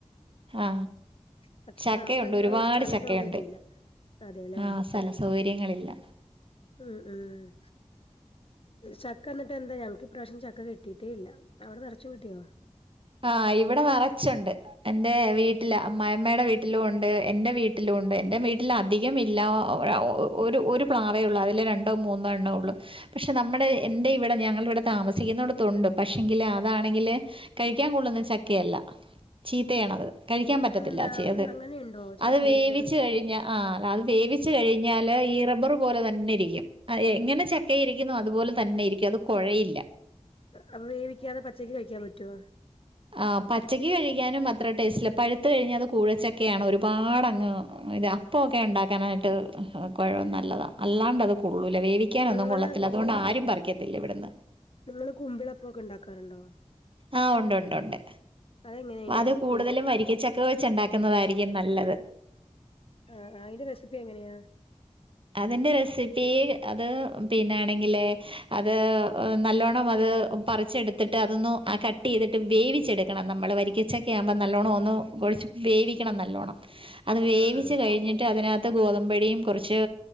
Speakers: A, on the right (about 45°); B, on the left (about 50°).
A: ആ
B: പക്ഷെ
A: ചക്കയുണ്ട്
B: നമുക്ക് അതിനുള്ള
A: ഒരുപാട്
B: സ്ഥല
A: ചക്കയുണ്ട്
B: സൗകര്യം ഇല്ല അതെലേ.
A: ആ സ്ഥല സൗകര്യങ്ങളില്ല.
B: ഉം ഉം ചക്ക എന്നിട്ട് എന്താ ഞങ്ങക്ക് ഇപ്രാവശ്യം ചക്ക കി ട്ടിയിട്ടേ ഇല്ല അവിടെ നിറച്ചും കിട്ടിയോ.
A: ആഹ് ഇവിടെ നറച്ചുണ്ട്. എന്റെ വീട്ടില് അമ്മായമ്മ യുടെ വീട്ടിലും ഉണ്ട് എന്റെ വീട്ടിലും ഉണ്ട് എന്റെ വീട്ടിലധികംല്ല. ഒരു ഒരു പ്ലാവേ ഉള്ളൂ അതിൽ രണ്ടോ മൂന്നോ എണ്ണം ഉള്ളൂ. പക്ഷെ നമ്മുടെ എന്റെ ഇവിടെ ഞങ്ങ ഇവിടെ താമസിക്കുന്നോടത്തൊണ്ട് പക്ഷെങ്കില് അതാണെങ്കില്. കഴിക്കാൻ കൊള്ളുന്ന ചക്കയല്ല. ചീത്തയാണത് കഴിക്കാം പറ്റത്തില്ല
B: അതെന്താ
A: ചെയത്
B: അങ്ങനെയുണ്ടോ ചക്കയിൽ
A: അത് വേവിച്ച്
B: തന്നെ
A: കഴിഞ്ഞ. ആ അല്ല അത് വേവിച്ചു കഴിഞ്ഞാല് ഈ റബ്ബറ് പോലെ തന്നെ ഇരിക്കും. എങ്ങനെ ചക്കയിരിക്കുന്നു അതുപോലെ തന്നെ ഇരിക്കും അത് കൊഴയില്ല.
B: അപ്പൊ വേവിക്യാതെ പച്ചക്ക് കഴിക്യാം പറ്റൊ
A: ആ പച്ചക്ക് കഴിക്യാനും അത്ര ടേസ്റ്റില്ല പഴുത്ത കഴിഞ്ഞാ അത് കൂഴച്ചക്കെയാണ് ഒരു പാടങ് ഇതാ പൊക ഇണ്ടാക്കാനായിട്ട് കുഴം നല്ലതാ അല്ലാണ്ടത് കൊള്ളൂല വേവി ക്ക്യാനൊന്നും
B: നിങ്ങള്
A: കൊള്ളത്തില്ല അതുകൊണ്ട് ആരും പറിക്കത്തില്ല ഇവിടന്ന്.
B: നിങ്ങള് കുമ്പിള അപ്പൊക്ക ഇണ്ടാക്കാറുണ്ടോ
A: ആ ഉണ്ട് ഉണ്ട് ഉണ്ട്
B: അതെങ്ങനെയാ അയിന്റെ
A: അത്
B: റെസിപ്പി
A: കൂടുതലും വരിക്കച്ച ക്ക വെച്ച ഇണ്ടാക്കുന്നതായിരിക്കും നല്ലത്.
B: ആ ആ അയിന്റെ റെസിപ്പി എങ്ങനെയാ
A: അതിന്റെ റെസിപ്പി അത് പിന്നാണെങ്കില്. അത് നല്ലോണം അത് പറിച്ചെടുത്തിട്ട് അതന്നു കട്ട് ചെയ്ത്ട്ട് വേവിച്ചെടുക്കണം നമ്മള് വരി ക്ക്യ ചക്ക ആവുമ്പം നല്ലോണം ഒന്ന് കുഴച്ച് വേവിക്കണം നല്ലോണം അത് വേവിച്ച്
B: ആഹ് ആഹ്
A: കഴിഞ്ഞിട്ട് അതിനകത്ത് ഗോതമ്പടിം കൊർച്.